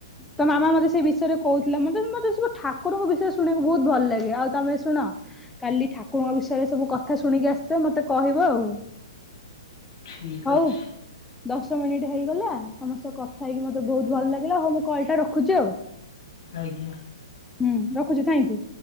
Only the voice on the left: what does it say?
ଠିକ୍
ଅଛି
ଆଜ୍ଞା।